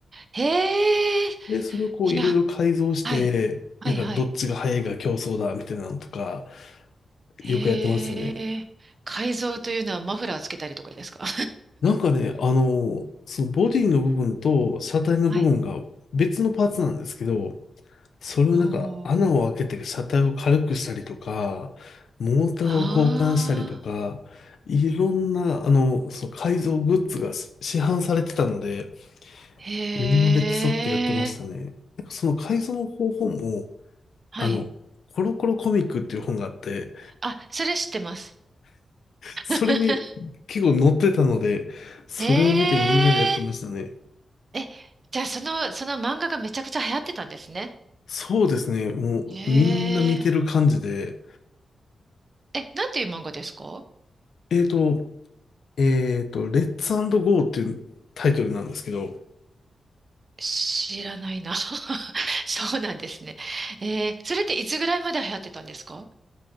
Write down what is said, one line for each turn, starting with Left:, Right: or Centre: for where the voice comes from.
Right: へえ、い
Left: で、それをこういろいろ改造して、
Right: や、はい、はい、
Left: なんかどっちが速いか競争だみたいなのとか、
Right: はい。へえ、
Left: よくやってましたね。
Right: 改造というのはマフラーつけたりとかですか
Left: なんかね、あの、そのボディの部分と車体の部分が別のパーツなんですけど、
Right: <laughs> はい。
Left: それをなんか穴を開けて車体を軽くしたりとか、
Right: おー、
Left: モーターを交換したりとか、
Right: あ
Left: いろんな、あの、その改造グッズが市市販されてたので、
Right: ー、へえ、
Left: みんなで競ってやってましたね。なんかその改造の方法も、
Right: はい。
Left: あの、コロコロコミックっていう本があって、
Right: あ、それ知ってます。<laughs>
Left: それに結構載ってたので、それを見てみんなでやってましたね。
Right: へえ、え、じゃあ、その、その漫画がめちゃくちゃ流行ってたんですね。
Left: そうですね。もうみんな見てる感じで、
Right: へえ。え、なんていう漫画ですか
Left: えーと、えっと、レッツゴーっていうタイトルなんですけど、
Right: 知らないな。<laughs> そうなんですね。えー、それっていつぐらいまで流行ってたんですか